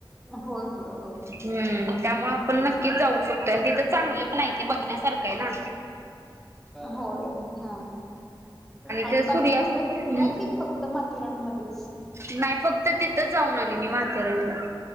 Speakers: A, in the centre; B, on the right.
A: होय होय होय
B: हम्म
A: हम्
B: त्यामुळे आपण नक्कीच जाऊ शकतो आणि तिथं चांगलं पण बघण्यासारखं आहे ना
A: होय ह आणि
B: ते सूर्यास्त
A: बाकी कुठ फिरला की फक्त माथेरानमध्येच
B: नाही फक्त तिथं जाऊन आली मी माथेरानला.